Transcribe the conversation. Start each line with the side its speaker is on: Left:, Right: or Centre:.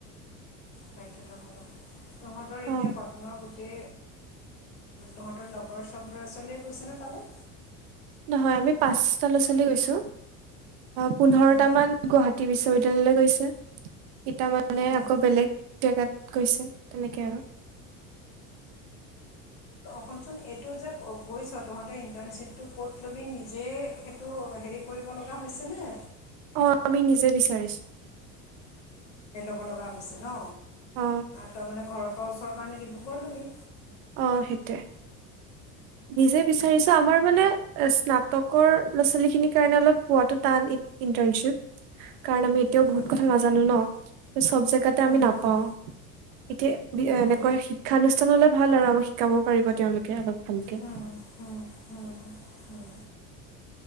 Left: বাধ্যতামূলক তহঁতৰ এতিয়া
Right: অ
Left: কটনৰ তে তহঁতৰ লগৰ চব ল'ৰা ছোৱালীয়ে গৈছে নে তালৈ?
Right: নহয় আমি পাঁচটা ল'ৰা ছোৱালী গৈছো পোন্ধৰটা
Left: হুম
Right: মান গুৱাহাটী গুৱাহাটী বিশ্ববিদ্যালয়লৈ গৈছে ইতা মানে
Left: হুম
Right: আকৌ বেলেগ জেগাত গৈছে তেনেকে আৰু। <inaudible>
Left: সোন চোন এইটো যে গইচ তহতে ইন্টাৰ্নছিপ তো কত লবি নিজে সেইটো হেৰি কৰিব লগা হৈছে নে?
Right: অ', আমি নিজে বিচাৰিছো।
Left: হব লগা হৈছে ন,
Right: অ
Left: তাৰ মানে ঘৰৰ পৰা ওচৰৰ কাৰণে ডিব্ৰুগড়ত ল'লি।
Right: অ', সেইটোৱে। নিজে বিচাৰিছে আমাৰ মানে এ স্নাতকৰ ল'ৰা ছোৱালী খিনিৰ কাৰণে অলপ পোৱাটো টান ইন্টাৰ্নশিপ, কাৰণ আমি এতিয়াও
Left: হুম
Right: বহুত কথা নাজানো ন। চব জেগাতে
Left: হুম
Right: আমি নাপাও।
Left: হুম
Right: এতিয়া
Left: হুম
Right: এনেকোৱা শিক্ষানুষ্ঠান অলপ ভাল আৰু আমাক শিকাব পাৰিব তেওঁলোকে অলপ ভালকে।
Left: হুম হুম হুম হুম